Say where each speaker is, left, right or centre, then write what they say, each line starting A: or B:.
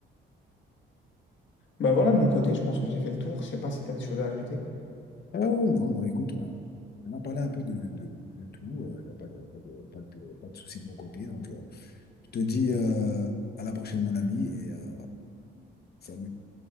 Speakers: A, on the left; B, on the left.
A: Bah voilà, de mon côté, je pense que j'ai fait le tour. Je sais pas si tu as des choses à ajouter.
B: Oh non, non, écoute, on a, on a parlé un peu de, de, de tout. Il n'y a pas de, pas de, pas de, pas de souci de mon côté. Donc, euh, Je te dis euh, à la prochaine, mon ami, et euh, salut.